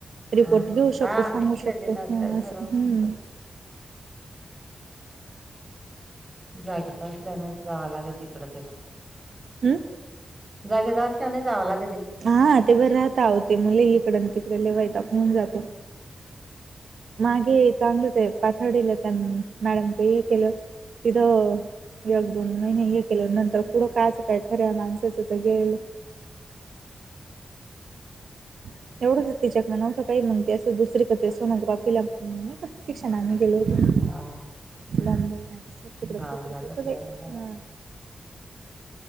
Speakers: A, on the right (about 75°); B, on the right (about 20°).
A: रिपोर्ट
B: हं
A: घेऊ शकतो.
B: हा
A: सांगू
B: तिथल्या
A: शकतो.
B: तिथं असल्यावर
A: हम,
B: सगळं
A: असं हम्म.
B: जायचंच असल्याने जावं लागेल तिकड <unintelligible>
A: हम्म!
B: जागेच असल्याने जावं लाग
A: हा, ते बरं राहत आहो, ते मुले इकडून तिकडे लय वैताग होउन जातो. मागे चांगलंच आहे पातडीलं त्या मॅडम हे केलं तिथं एक दोन महिने हे केले नंतर पुढं काचं काय खऱ्या माणसाचं तर गेल <inaudible> <unintelligible> एवढंच तिच्याकड नव्हतं का, ही मग ते असं दुसरी <unintelligible> सोनोग्राफीला नाही का प्रतिक्षान मी गेलो होतो
B: हा
A: मुंबई ना, तिकड
B: जावं
A: <unintelligible>
B: लागत
A: होत बाई
B: यावं
A: अ.
B: लागत